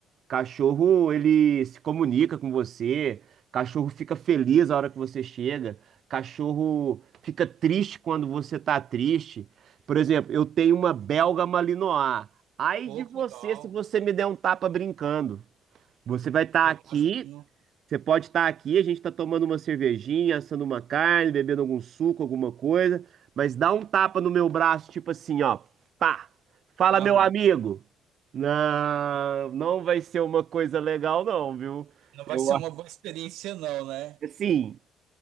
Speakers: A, on the right (about 60°); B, on the right (about 80°).
A: cachorro, ele se comunica com você. Cachorro fica feliz a hora que você chega. Cachorro fica triste quando você tá triste. Por exemplo, eu tenho uma belga malinois. Ai
B: Pô,
A: de você
B: que legal.
A: se você me der um tapa brincando. Você vai estar
B: Eu
A: aqui,
B: imagino.
A: você pode estar aqui, a gente está tomando uma cervejinha, assando uma carne, bebendo algum suco, alguma coisa, mas dá um tapa no meu braço, tipo assim, ó, pá, fala
B: Aham.
A: meu amigo. Não, não vai ser uma coisa legal não, viu?
B: Não vai
A: Eu
B: ser uma
A: acho
B: boa experiência, não, né?
A: que, assim,